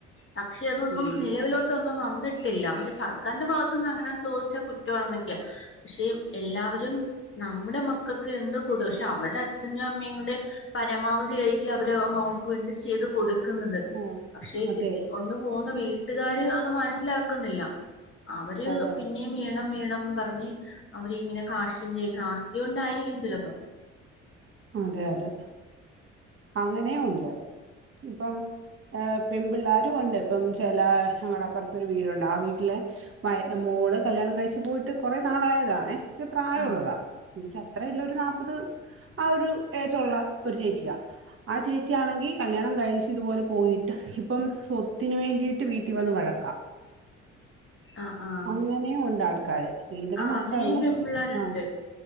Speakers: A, on the left; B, on the right.
A: പക്ഷെ അതൊന്നും
B: ഉം
A: നിലവിലോട്ട് ഒന്നും വന്നിട്ടില്ല പക്ഷെ സർക്കാരിന്റെ ഭാഗത്തനിന്ന് അങ്ങനെ ചോദിച്ചാ കുറ്റമാണെന്നൊക്കെയാ പക്ഷെ എല്ലാവരും നമ്മുടെ മക്കൾക്ക് എന്ത് കൊട്ക് പക്ഷെ അവടെ അച്ഛന്റെയും അമ്മയും കൂയും പരമാവധി ആയിരിക്കും അവര് അവൾക്ക് വേണ്ടി ചെയ്ത് കൊടു ക്കുന്നത്
B: ആ
A: പക്ഷെ
B: അതെ
A: കുട്ടിക്കൊണ്ട് പോകുന്ന വീട്ടുകാര് അത് മനസ്സിലാക്കുന്നില്ല അവര്
B: അതെ
A: പിന്നെ വീണം വീണം പറഞ്ഞ് അവരിങ്ങനെ കാശിന്റെ ആർത്തി കൊണ്ടായിരിക്കും ചിലപ്പോ
B: അതെ അതെ അങ്ങനെയ ഉണ്ട് ഇപ്പം പെൺ പിള്ളേരുും ഉണ്ട് ഇപ്പം ചില ഞങ്ങളുടെ അപ്പുറത്തൊരു വീടുണ്ട് ആ വീട്ടിലെ മ മോള് കല്യാണം കഴിച്ചു പോയിട്ട് കുറെേ നാളായതാണേ മ പ്രായമുള്ളതാ
A: ആഹ്
B: എച്ച അത്ര ഇല്ല ഒരു നാല്പത് ആ ഒരു ഏച്ചുള്ള ഒരു ചേച്ചിയാ ആ ചേച്ചിയാണെങ്കിൽ കല്യാണം ആ ചിഇതുപോലെ പോയിട്ട് ഇപ്പം സ്വത്തിന് വേണ്ടിയിട്ട് വീട്ടിൽ വന്ന് വഴക്കാം
A: ആഹ് ആഹ്
B: അങ്ങനെയും ഉണ്ട് ആൾക്കാര് ശ്രീധനം
A: ആഹ്
B: മാത്രല്ല
A: അങ്ങനെയും പെമ്പിള്ളേരുണ്ട്
B: ആഹ